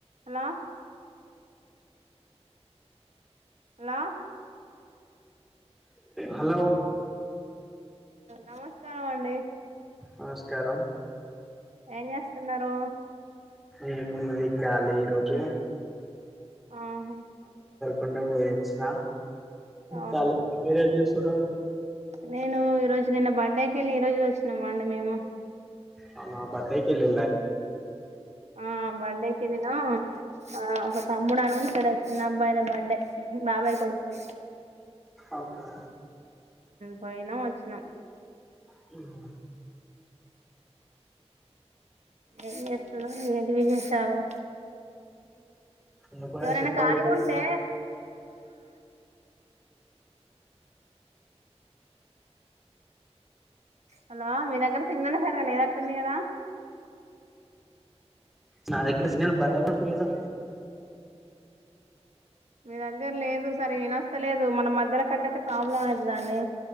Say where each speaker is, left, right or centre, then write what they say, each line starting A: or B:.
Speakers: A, on the right; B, in the centre.
A: Hello hello
B: hello
A: నమస్కారాం అండి
B: నమస్కారం
A: ఏం చేస్తున్నారు
B: ఏమున్నది కాలి ఈరోజు
A: ఆహా
B: మండే పోయచ్చిన
A: అవునా
B: చాల <unintelligible> మీజ <unintelligible>
A: నేను ఈ రోజు నిన్న బర్డేకి వెళ్ళ ఈ రోజు వచ్చ్ న్నామ అండి మేము
B: అవునా బడ్డే కేలి
A: ఆ బర్డేకి వెళ్ళిన ఆ ఒక తమ్ముడా అని ఉండి చిన్న అబ్బాయిదే బర్త్డే బాబాయ్ కొడుకుది
B: అవునా
A: పోయినం వచ్చినం
B: హ్మ్
A: ఏం చేస్తున్నావ్ ఏంటి విశేషాలు
B: నువ్వే
A: ఎవరైనా
B: చెప్పాలి
A: ఖాళీగా
B: బ్రో
A: ఉంటే హలో మీ దగ్గర సిగ్నల్ సరిగ్గా లేదట్ టుందిగదా
B: నా దగ్గర స్నిల్ బర్ర గొట్టి ఏదో
A: మీ దగ్గర లేదు సరే వినొస్తలేదు మన మధ్యలో కట్టైతే ప్రాబ్లమ్ ఐతుందండి